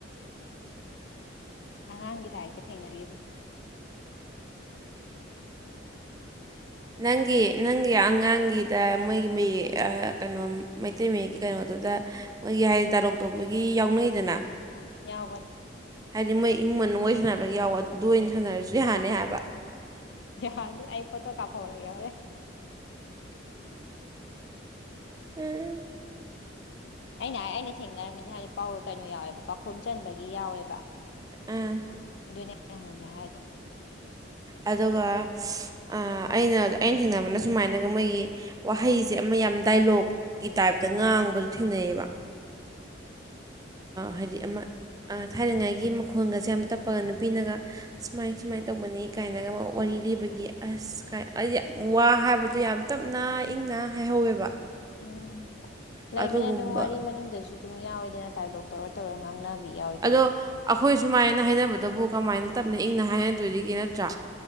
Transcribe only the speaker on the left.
ꯑꯉꯥꯡꯒꯤ ꯂꯥꯏꯔꯤꯛꯇ ꯊꯦꯡꯅꯒꯤꯕꯅꯤ
ꯌꯥꯎꯕꯅꯦ
ꯌꯥꯔꯅꯤ ꯑꯩ ꯄꯣꯠꯇꯣ ꯀꯥꯐꯧꯔꯒꯦ ꯍꯔꯦ
ꯑꯩꯅ ꯍꯥꯏ ꯑꯩꯅ ꯊꯦꯡꯅꯔꯝꯃꯤꯅꯤ ꯍꯥꯏꯗꯤ ꯄꯥꯎ ꯀꯩꯅꯣ ꯌꯥꯎꯋꯦꯕ ꯄꯥꯈꯨꯝ ꯆꯟꯕꯒꯤ ꯌꯥꯎꯋꯦꯕ
ꯑꯗꯨꯅꯦꯅꯦ ꯍꯧꯖꯤꯛ ꯍꯥꯏꯗꯣ
ꯎꯝ ꯂꯩꯕꯅꯦ
ꯑꯗꯨꯝ ꯋꯥꯔꯤ ꯃꯅꯨꯡꯗꯁꯨ ꯑꯗꯨꯝ ꯌꯥꯎꯋꯦꯗꯅ ꯗꯥꯏꯂꯣꯛ ꯇꯧꯔ ꯇꯧꯔ ꯉꯥꯡꯅꯕꯤ ꯌꯥꯎꯋꯤꯗꯅ